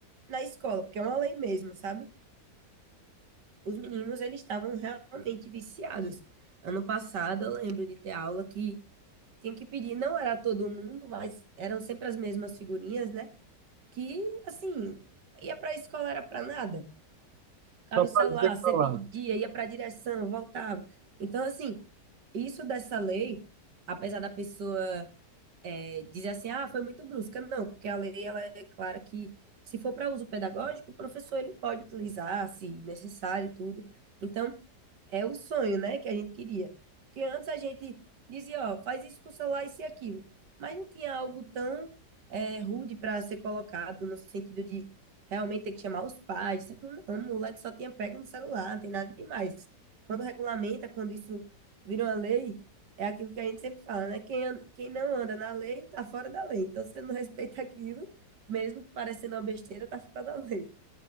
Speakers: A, on the right; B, on the right.
A: na escola, porque é uma lei mesmo, sabe? Os meninos, eles estavam realmente viciados. Ano passado, eu lembro de ter aula que tinha que pedir, não era todo mundo, mas eram sempre as mesmas figurinhas, né? que, assim, ia para a escola era para nada. Ficava
B: Só para
A: em celular,
B: dizer que
A: você
B: falar.
A: pedia, ia para a direção, voltava. Então, assim, isso dessa lei, apesar da pessoa é, dizer assim, ah, foi muito brusca, não, porque a lei ela é clara que se for para uso pedagógico, o professor ele pode utilizar, se necessário e tudo. Então, é o sonho, né, que a gente queria. Porque antes a gente dizia, ó, faz isso com o celular, isso e aquilo. Mas não tinha algo tão é, rude para ser colocado, no sentido de realmente ter que chamar os pais. Isso, aquilo. não, o moleque só tinha pego no celular, não tem nada demais. Quando regulamenta, quando isso vira uma lei, é aquilo que a gente sempre fala, né? Quem, an- quem não anda na lei, tá fora da lei. Então, se você não respeita aquilo, mesmo parecendo uma besteira, tá fora da lei.